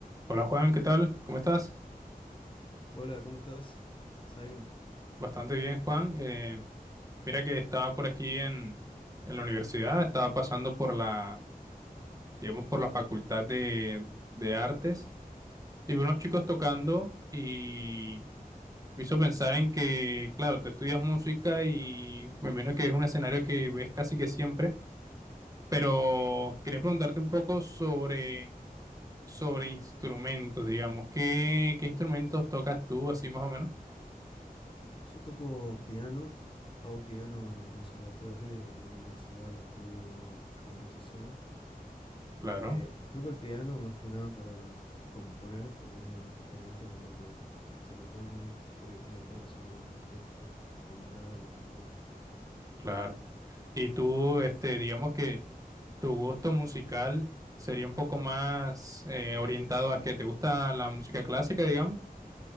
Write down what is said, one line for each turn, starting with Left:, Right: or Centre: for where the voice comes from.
Right: Hola Juan, ¿qué tal? ¿Cómo estás?
Left: Hola, ¿cómo estás? Silent.
Right: Bastante bien, Juan. Eh, mira que estaba por aquí en, en la universidad, estaba pasando por la, digamos, por la facultad de, de artes y vi unos chicos tocando y me hizo pensar en que, claro, tú estudias música y me imagino que es un escenario que ves casi que siempre, pero quería preguntarte un poco sobre, sobre instrumentos, digamos. ¿Qué, qué instrumentos tocas tú, así más o menos?
Left: Yo toco piano, hago piano en el conservatorio y en la universidad estudio composición.
Right: Claro,
Left: Eh, toco el piano más que nada para <laughs> componer, como es el instrumento con el que se compone, digamos, porque tiene todos los sonidos de la orquesta, del más grave al más agudo.
Right: claro. Y tú, este, digamos que tu gusto musical sería un poco más eh, orientado a que te gusta la música clásica, digamos.